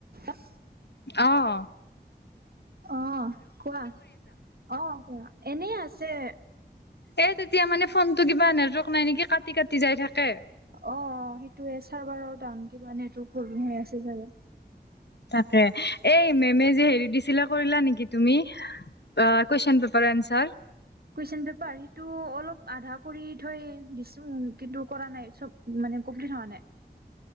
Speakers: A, on the right (about 60°); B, on the left (about 70°).
A: হাঁ।
B: আহঁ।
A: অঁ কোৱা অঁ কোৱা এনেই আছে।
B: এ তেতিয়া মানে ফোন টো কিবা নেটৱৰ্ক নাই নেকি কাটি কাটি যাই থাকে।
A: অঁ সেইটোয়ে চাৰ্ভাৰৰ দন কিব নেটৱক প্ৰব্লেম হৈ আছে চাগে?
B: তাকে, এই মেমে যি হেৰি দিছিলা কৰিলা নেকি তুমি? আ question paper answer.
A: Question paper সেইটো অলপ আধা কৰি থৈ দিছো, কিন্তু কৰা নাই চব মানে কমপ্লিট হোৱা নাই।